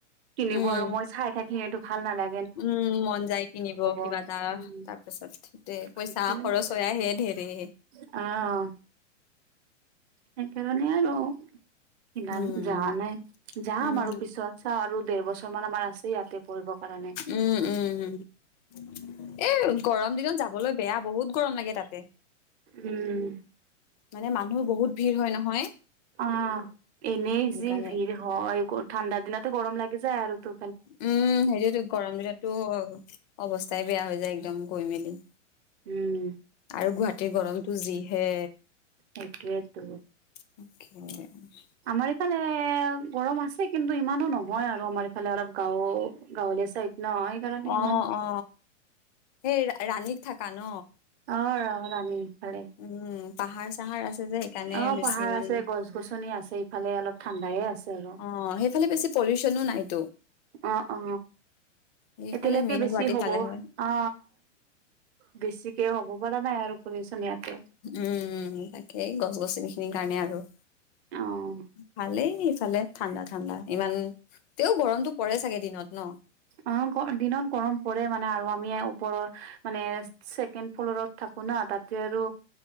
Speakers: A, on the right; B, on the left.
A: কিনিব
B: উম
A: আৰু মই চাই থাকিম এইটো ভাল নালা
B: উম মন যাই কিনিব কিবা
A: উম
B: এটা, তাৰপাছত সেইটোৱে পইচা
A: সেইটোৱে
B: খৰচ। <unintelligible>
A: অ সেইকাৰণে আৰু ইমান
B: উম
A: যোৱা নাই যাম
B: উম
A: আৰু পিছত। চাওঁ আৰু দেৰ বছৰমান আমাৰ আছে ইয়াতে পঢ়িবৰ কাৰণে।
B: উম <unintelligible> এই গৰম দিনত যাবলৈ বেয়া বহুত গৰম লাগে তাতে
A: উম।
B: মানে মানুহ বহুত ভিৰ হয় নহয়
A: অ এনেই
B: সেইকাৰণে
A: যি ভিৰ। হ এই ঠাণ্ডা দিনতে গৰম লাগি যায় আৰু তো
B: উম সেইটোৱেটো গৰম দিলেতো অৱস্থাই বেয়া হৈ যায় একদম গৈ মেলি।
A: উম
B: আৰু গুৱাহাটীৰ গৰমটো যিহে।
A: সেইটোয়েতো
B: <unintelligible>
A: আমাৰ ইফালে গৰম আছে কিন্তু ইমানো নহয় আৰু আমাৰ ইফালে অলপ গাওঁ গাঁৱলীয়া চাইত ন। সেইকাৰণে
B: অ
A: ইমান
B: অ সেই ৰাণীত থাকা ন?
A: অ ৰ ৰাণী। ফালে
B: উম পাহাৰ চাহাৰ আছে যে সেইকাৰণে
A: অ
B: বেছি
A: পাহাৰ
B: ইমান
A: আছে গছ-গছনি আছে ইফালে অলপ ঠাণ্ডায়ে আছে আৰু
B: অ সেইফালে বেছি পলিউচনো নাইতো
A: অ অ।
B: এইফালে
A: এতিয়ালৈকে
B: মেইন
A: বেছি
B: গুৱাহাটী
A: হ'ব
B: পালেহে
A: অ বেছিকে হ'ব পৰা নাই আৰু পলিউচন ইয়াত।
B: উম তাকেই গছ-গছনি খিনিৰ কাৰণে আৰু।
A: অ
B: ভালেই ইফালে ঠাণ্ডা ঠাণ্ডা ইমান তেও গৰমটো পৰে চাগে দিনত ন?
A: অ দিনত গৰম পৰে মানে আৰু আমি ওপৰৰ মানে ছেকেণ্ড ফ্ল'ৰত থাকো না তাতে আৰু